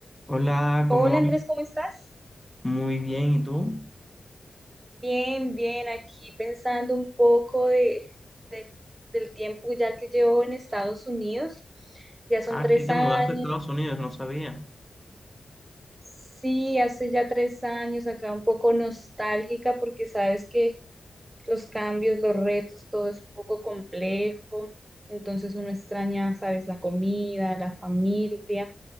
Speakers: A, in the centre; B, on the right (about 20°).
A: Hola,
B: Hola
A: ¿cómo?
B: Andrés,
A: vas?
B: ¿cómo estás?
A: Muy bien, ¿y tú?
B: Bien, bien, aquí pensando un poco de, de- del tiempo ya que llevo en Estados Unidos. Ya son
A: Ah,
B: tres
A: es que te
B: años.
A: mudaste a Estados Unidos, no sabía.
B: Sí, hace ya tres años, acá un poco nostálgica porque sabes que los cambios, los retos, todo es un poco complejo. Entonces uno extraña, sabes, la comida, la familia.